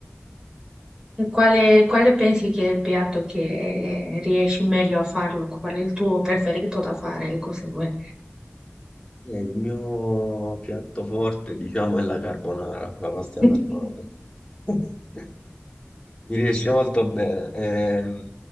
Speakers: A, on the right (about 20°); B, on the left (about 20°).
A: E Quale, quale pensi che è il piatto che riesci meglio a farlo? Qual è il tuo preferito da fare? Ecco, se vuoi.
B: E il mio piatto forte, diciamo, è la carbonara, la pasta
A: <laughs>
B: alla carbonara. <laughs> Mi riesce molto bene, ehm,